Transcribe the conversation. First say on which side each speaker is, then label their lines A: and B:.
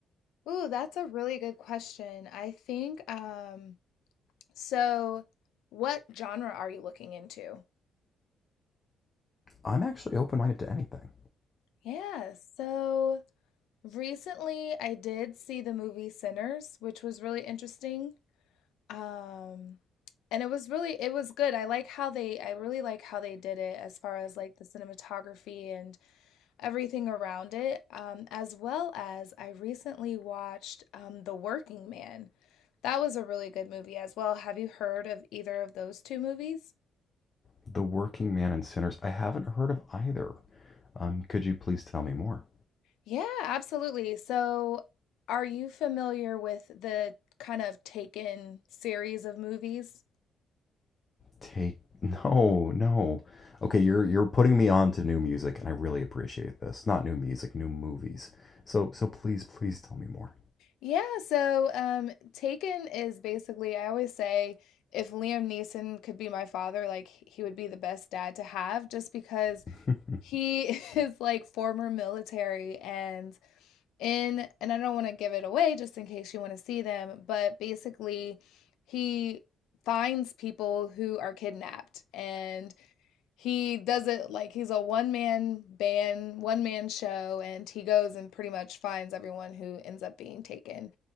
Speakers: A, on the left; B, on the left.
A: Ooh, that's a really good question. I think, um, so what genre are you looking into?
B: I'm actually open-minded to anything.
A: Yeah, so recently I did see the movie Sinners, which was really interesting. Um, and it was really, it was good. I like how they, I really like how they did it as far as like the cinematography everything around it, um, as well as I recently watched um, The Working Man. That was a really good movie as well. Have you heard of either of those two movies?
B: The Working Man and Sinners, I haven't heard of either. Um, could you please tell me more?
A: Yeah, absolutely. So, are you familiar with the kind of Taken series of movies?
B: Take no, no. Okay, you're you're putting me on to new music, and I really appreciate this. Not new music, new movies. So so please, please tell me more.
A: Yeah, so um, Taken is basically, I always say, if Liam Neeson could be my father, like he would be the best dad to have, just because
B: <laughs>
A: He <laughs> is like former military and in and I don't want to give it away just in case you want to see them, but basically he finds people who are kidnapped and he does it like he's a one man band, one man show, and he goes and pretty much finds everyone who ends up being taken,